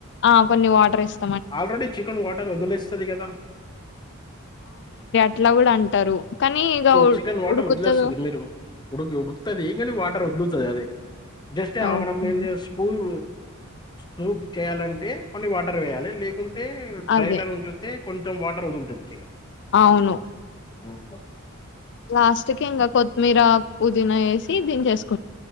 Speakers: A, on the left; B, on the left.
A: ఆ కొన్ని వాటర్ ఇస్త
B: ఆల్రెడీ చికెన్ వాటర్ వదిలేస్తుంది కదా
A: ఇట్లా కూడా అంటారు కానీ ఇక ఉ
B: చికెన్ వాటర్
A: ఉడుకుతదో
B: వదిలేస్తది మీరు ఉడుకి ఉడుకుతది కానీ వాటర్ వదులు అదే జస్ట్ ఆమన
A: ఓకే
B: మంది స్కూల్ సూప్ చేయాలంటే కొన్ని వాటర్ వేయాలి లేకుంటే ట్రైలర్
A: అదే
B: ఉ చూస్త కొంచెం వాటర్ వదులుతది చికెన్
A: అవును
B: ఉహూ
A: లాస్ట్ కి ఇంకా కొత్తిమీర పుదీనా వేసి దించేసుకో